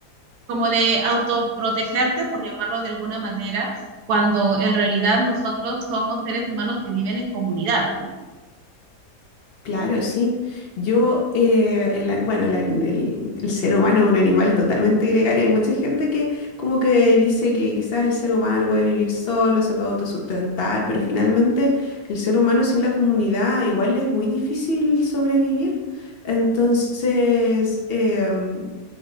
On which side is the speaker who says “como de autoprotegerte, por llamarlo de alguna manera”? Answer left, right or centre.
Right